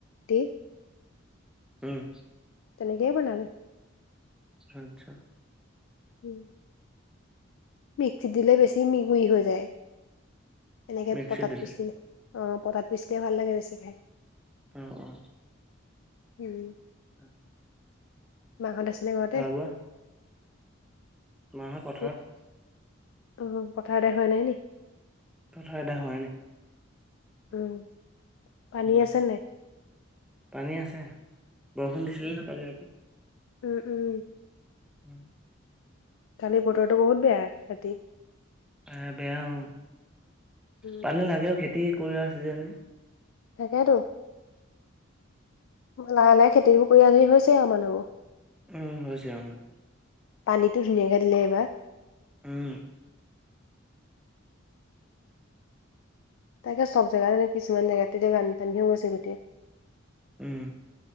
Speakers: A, on the left; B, in the centre.
A: দি।
B: উম।
A: তেনেকেই বনালে।
B: আচ্ছা
A: উম মিচ্ছিত দিলে বেছি মিহিমিহি হৈ যায়, এনেকে
B: মিক্সিত
A: পটাত
B: দিলে।
A: পিচিলো অ পটাত পিচিলে ভাল লাগে বেছি খাই।
B: উম অহ
A: উম।
B: অহ
A: মাহত আছেনে ঘৰতে।
B: বোৱা? মাহঁত পথাৰত?
A: <unintelligible> অ পথাৰ এদাই হোৱা নাই নি
B: পথাৰ এদাই হোৱাই নাই
A: উম। পানী
B: উম,
A: আছে নাই
B: পানী আছে, বৰষুণ দিছিলে নে কালি ৰাতি।
A: উম উম।
B: উম
A: কালি বতৰটো বহুত বেয়া ৰাতি।
B: এ বেয়া অ,
A: উম
B: পানী লাগেও খেতি কৰাৰ চিজন।
A: তাকেতো। লাহে লাহে খেতিবোৰ কৰি আজৰি হৈছে আও মানুহবোৰ।
B: উম হৈছে আৰু।
A: পানীটো ধুনীয়াকে দিলে এইবাৰ।
B: উম।
A: তাকে চব জেগাতে নে কিছুমান জেগাত এতিয়া বানপানীহে হৈছে গোটেই।
B: উম।